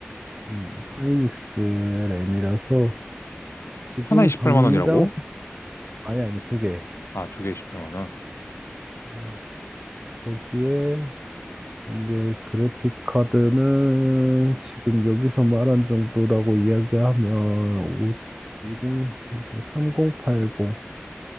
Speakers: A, on the right (about 20°); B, on the left (about 90°).
A: 음, 하이닉스 램이라서 지금
B: 하나에 18만
A: 당장
B: 원이라고?
A: 사- 아니 아니 두 개.
B: 아, 두 개에 18만 원.
A: 어, 거기에 이제 그래픽 카드는 지금 여기서 말한 정도라고 이야기하면 오 1080, 3080